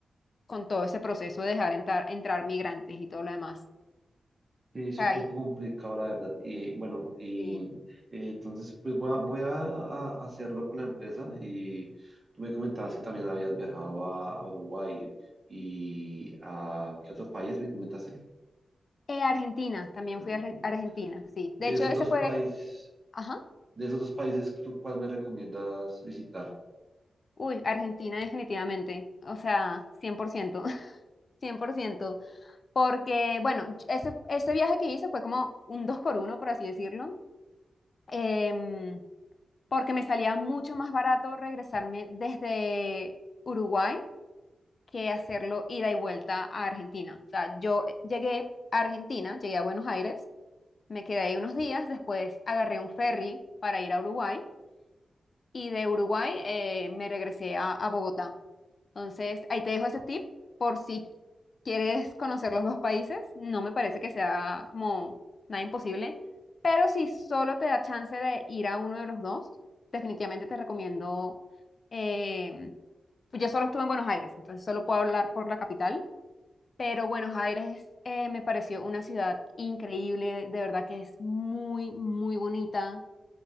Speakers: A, on the left (about 50°); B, on the right (about 35°).
A: con todo ese proceso de dejar entrar, entrar migrantes y todo lo demás.
B: Sí, es
A: O sea,
B: un poco
A: y-
B: complicado la verdad. Eh, bueno, y
A: sí.
B: eh, entonces pues voy a, voy a, a hacerlo con la empresa y tú me comentabas que también habías viajado a, a Uruguay y a ¿qué otro país me comentaste?
A: Eh, Argentina, también
B: Argentina.
A: fui a Argen- Argentina, sí.
B: De
A: De hecho,
B: esos
A: ese
B: dos
A: fue,
B: países,
A: ajá,
B: de esos dos países, ¿tú cuál me recomiendas visitar?
A: uy, Argentina definitivamente, o sea, cien cien por ciento, <laughs> 100%, porque, bueno, yo- ese, ese viaje que hice fue como un dos por uno, por así decirlo, em, porque me salía mucho más barato regresarme desde Uruguay que hacerlo ida y vuelta a Argentina. O sea, yo eh, llegué a Argentina, llegué a Buenos Aires Me quedé ahí unos días, después agarré un ferry para ir a Uruguay y de Uruguay eh, me regresé a, a Bogotá. Entonces, ahí te dejo ese tip por si quieres conocer los dos países. No me parece que sea como nada imposible, pero si solo te da chance de ir a uno de los dos, definitivamente te recomiendo. em, yo solo estuve en Buenos Aires, entonces solo puedo hablar por la capital pero bueno, Aires eh, me pareció una ciudad increíble, de verdad que es muy, muy bonita,